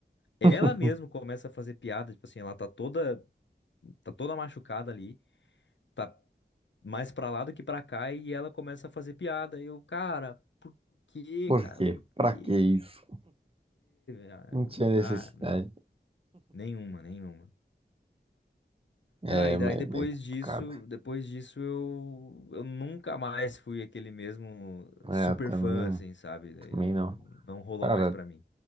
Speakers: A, on the left; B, on the right.
A: Ela
B: <laughs>
A: mesmo começa a fazer piada, tipo assim, ela tá toda, tá toda machucada ali, tá mais pra lá do que pra cá, e ela começa a fazer piada. E eu, cara, por quê,
B: Por
A: cara?
B: quê?
A: Por
B: Pra
A: quê?
B: que isso?
A: Que... que- Ah,
B: Não tinha necessidade.
A: ah, não. Nenhuma, nenhuma.
B: É,
A: Ah, e
B: mas
A: daí depois
B: é bem complicado.
A: disso, depois disso eu, eu nunca mais fui aquele mesmo
B: É,
A: super
B: também,
A: fã, assim, sabe? Daí
B: também
A: não,
B: não.
A: não rolou
B: Cara,
A: mais pra mim.